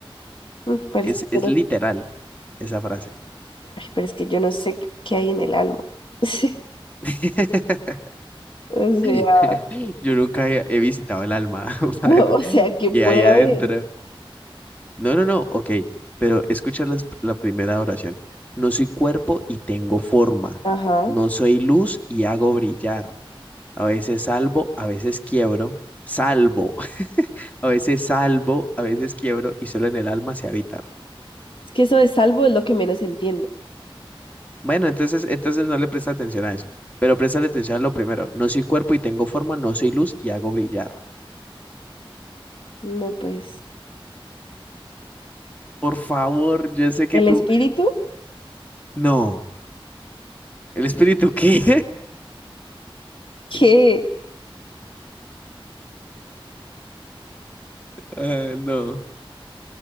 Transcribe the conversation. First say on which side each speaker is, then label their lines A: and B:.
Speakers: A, on the left; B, on the left.
A: Mm, pero
B: Es,
A: es que
B: es
A: yo no,
B: literal esa frase.
A: ay, pero es que yo no sé qué qué hay en el alma. <laughs>
B: <laughs>
A: O sea,
B: <laughs> Yo nunca he he visitado el alma <laughs>
A: <laughs>
B: para
A: O
B: ver
A: sea, que
B: qué
A: puede
B: hay adentro.
A: haber.
B: No, no, no. Ok. Pero escucha las- la primera oración. No soy cuerpo y tengo forma.
A: Ajá.
B: No soy luz y hago brillar. A veces salvo, a veces quiebro. Salvo. A veces salvo, a veces quiebro y solo en el alma sé habitar.
A: Es que eso de salvo es lo que menos entiendo.
B: Bueno, entonces, entonces no le presta atención a eso, pero presta atención a lo primero. No soy cuerpo y tengo forma, no soy luz y hago brillar.
A: No, pues,
B: Por favor, yo sé que
A: El
B: tú...
A: espíritu,
B: No, ¿el espíritu qué?
A: ¿qué?
B: <laughs> Ah, no.